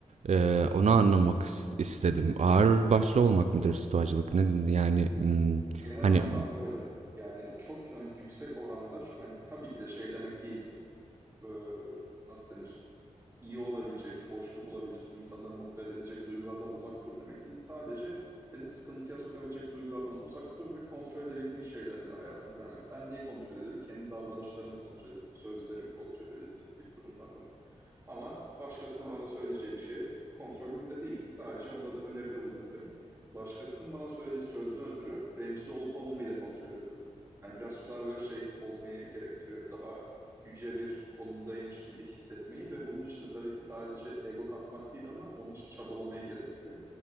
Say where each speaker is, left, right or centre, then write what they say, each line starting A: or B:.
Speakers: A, on the right; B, on the right.
A: Eee, onu anlamak is- istedim. Ağır başlı olmak mıdır stoacılık? Ne, yani hmm,
B: Genel
A: hani
B: anlamda öyle. Yani çok yani yüksek oranda şu, yani tabii ki de şey demek değil bu. Ee, nasıl denir? iyi olabilecek, hoşnut olabilecek, insanları mutlu edebilecek duygulardan uzak dur demek değil. Sadece seni sıkıntıya sokabilecek duygulardan uzak dur ve kontrol edebildiğin şeylerle hayatına devam et. Ben neyi kontrol edebilirim? Kendi davranışlarımı kontrol edebilirim, sözlerimi kontrol edebilirim gibi gibi durumlar var. Ama başkasının bana söyleyeceği bir şey kontrolümde değil. Sadece ona da öneride bulunabilirim. Başkasının bana söylediği sözden ötürü rencide olup olmamayı da kontrol edebilirim. Yani biraz daha böyle şey olmayı gerektiriyor. Daha yüce bir konumdaymış gibi hissetmeyi ve bunun için de tabii ki sadece ego kasmak değil ama onun için çabalamayı gerektiriyor.